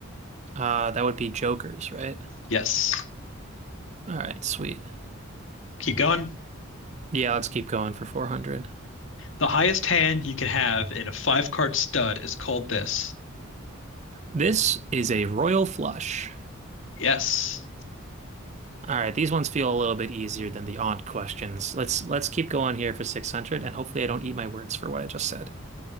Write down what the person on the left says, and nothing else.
Yes.
Keep going.
The highest hand you can have in a five card stud is called this.
Yes.